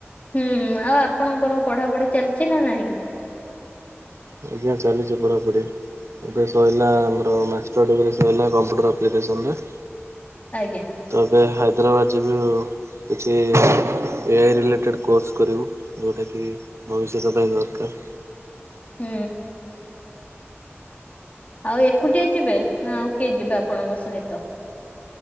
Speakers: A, on the left; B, on the right.
A: ହୁଁ ଆଉ ଆପଣଙ୍କର ପଢାପଢି ଚାଲିଛି ନା ନାହିଁ?
B: ଆଜ୍ଞା ଚାଲିଛି ପଢାପଢି। ଏବେ ସଇଲା ଆମର ମାଷ୍ଟର ଡିଗ୍ରୀ ସଇଲା କମ୍ପ୍ୟୁଟର ଆପ୍ଲିକେସନରେ।
A: ଆଜ୍ଞା।
B: ତ ଏବେ ହାଇଦ୍ରାବାଦ ଯିବି ଆଉ। କିଛି ଏଆଇ ରିଲେଟେଡ଼୍ କୋର୍ସ କରିବୁ ଯଉଟାକି ଭବିଷ୍ୟତ ପାଇଁ ଦରକାର।
A: ହୁଁ। ଆଉ ଏକୁଟିଆ ଯିବେ ନା ଆଉ କିଏ ଯିବେ ଆପଣଙ୍କ ସହିତ?